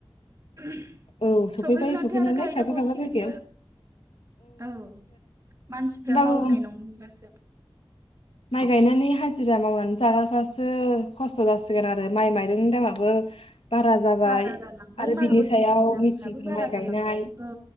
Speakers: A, on the right; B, on the left.
A: ओम
B: औ सफैबाय
A: सफैब्लाथाय
B: सफैनायालाय
A: आरो गायनो
B: खायफा
A: गसिगोनसो
B: खायफा जायगायाव
A: औ मानसिफ्रा
B: होमबाबो
A: मावनाय नंलासो।
B: माइ गायनानै हाजिरा मावनानै जाग्राफ्रासो खस्थ' जासिगोन आरो माइ माइरंनि दामाबो बारा जाबाय
A: बारा जालांबाय
B: आरो
A: माल
B: बिनि
A: बुस्थुनि
B: सायाव
A: दामफ्राबो
B: मेचिनजों
A: बारा
B: माय
A: जालांबाय
B: गायनाय
A: औ